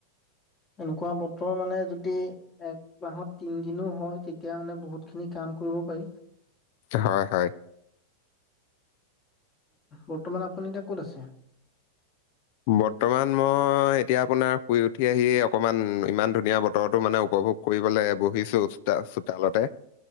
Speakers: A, on the left (about 25°); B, on the left (about 50°).
A: এনেকুৱা বতৰ মানে যদি এক মাহত তিন দিনো হয় তেতিয়া মানে বহুতখিনি কাম কৰিব পাৰি
B: হয় হয়
A: বৰ্তমান আপুনি এতিয়া ক'ত আছে?
B: বৰ্তমান মই এতিয়া আপোনাৰ শুই উঠি আহি অকমান ইমান ধুনীয়া বতৰো মানে উপভোগ কৰিবলৈ বহিছো চোতা চোতালতে